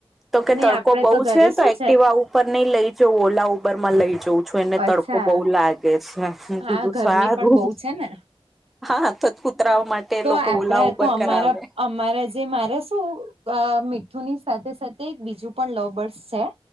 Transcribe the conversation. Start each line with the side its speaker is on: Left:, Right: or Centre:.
Centre: તો કે
Right: નહી
Centre: તડકો
Right: આપડે
Centre: બઉ
Right: ઘરે
Centre: છે
Right: શું
Centre: તો એક્ટિવા ઉપર નહી લઈ જો ઓલા ઉબરમાં લઈ જઉં છું એને
Right: અચ્છા.
Centre: તડકો બઉ લાગે છે. હ
Right: હા
Centre: કીધું
Right: ગરમી
Centre: સારું
Right: પણ બહુ છે ને
Centre: હા થત કૂતરાવા માટે
Right: તો
Centre: લોકો
Right: આપડે
Centre: લા ઉપર
Right: તો અમારા
Centre: કરાવે
Right: અમારા જે મારે શું અ મીઠું ની સાથે સાથે એક બી જુ પણ લવ બર્ડસ છે